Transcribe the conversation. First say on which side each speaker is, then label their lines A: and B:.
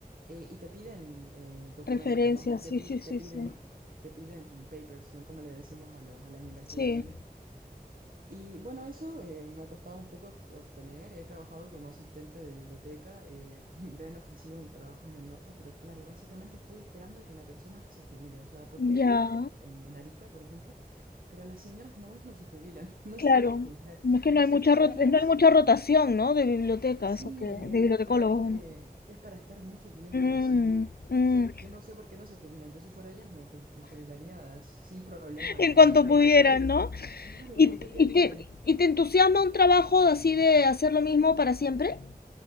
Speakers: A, on the right; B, on the left.
A: Eh, y te piden eh, documentos,
B: Referencias,
A: ¿no? O te,
B: sí,
A: pi-
B: sí,
A: te
B: sí,
A: piden...
B: sí.
A: Te piden papers, ¿no? Como le decimos a los, a las investigaciones.
B: Sí,
A: Y bueno, eso eh, me ha costado un poco ob- obtener. He trabajado como asistente de biblioteca. eh, <laughs> me han ofrecido un trabajo en el norte, pero claro, básicamente estoy esperando a que la persona se jubile. O sea, porque hay
B: ya,
A: trabajo en, en Arica, por ejemplo, pero las señoras nomás no se jubilan, <laughs> no
B: claro.
A: se quieren jubilar.
B: No es que
A: Yo
B: no hay
A: si
B: mucha
A: fuera
B: ro-
A: ellas,
B: no hay mucha rotación, ¿no? De bibliotecas,
A: sí,
B: o que-
A: es
B: de
A: un
B: bibliotecólogos,
A: trabajo que,
B: ¿no?
A: que es para estar mucho tiempo,
B: Mm,
A: así.
B: mm.
A: O sea,
B: <laughs>
A: yo no sé por qué no se jubilan. Yo si fuera ellas me, ju- me jubilaría sin problema,
B: En
A: ¿no?
B: cuanto
A: O sea, ¿para
B: pudieran,
A: qué quiero?
B: ¿no?
A: Claro,
B: ¿Y,
A: ¿para qué quiero
B: y
A: estar
B: te,
A: ahí?
B: y te entusiasma un trabajo así de hacer lo mismo para siempre?